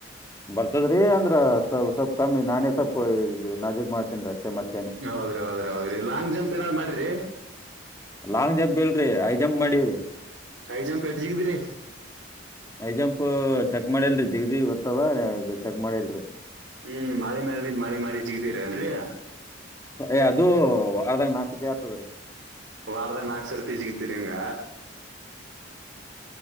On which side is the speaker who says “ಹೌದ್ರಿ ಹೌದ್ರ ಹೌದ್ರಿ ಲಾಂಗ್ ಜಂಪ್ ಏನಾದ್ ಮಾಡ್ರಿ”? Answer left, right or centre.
Right